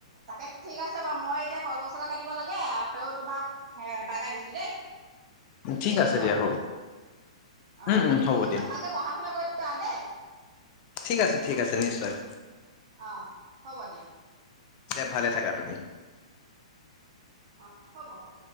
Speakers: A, on the right; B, on the left.
A: তাকে। ঠিক আছে বাৰু, মই এতিয়া কলপচলা কাটিব লাগে আৰু তোমাক বাই বাই দিছো দেই।
B: ঠিক
A: এৰিছো
B: আছে দিয়া
A: আৰু।
B: হ'ব
A: অ
B: উম, উম হ'ব
A: ঠিক
B: দিয়া
A: আছে ভালকে পঢ়া শুনা কৰি- প দে
B: ঠিক আছে ঠিক আছে নিশ্চয়।
A: অহ হ'ব দিয়া।
B: দে ভালে থাকা তুমি।
A: অ হ'ব হ'ব।